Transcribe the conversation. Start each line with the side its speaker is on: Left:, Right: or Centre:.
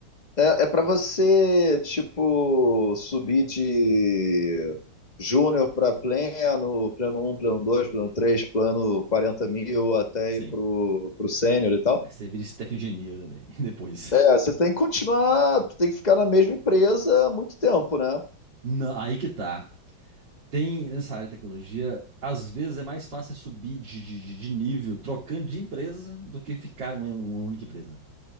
Left: é, é para você, tipo, subir de júnior para pleno, pleno um pleno 2 pleno 3 plano 40 mil, até
Right: sim.
Left: ir pro, pro sênior e tal?
Right: Aí você vira staff engineer também, <laughs> depois.
Left: É, você tem que continuar, tem que ficar na mesma empresa há muito tempo, né?
Right: Não, aí que tá. Tem, nessa área de tecnologia, às vezes é mais fácil subir de, de, de- de nível trocando de empresa do que ficar numa numa única empresa.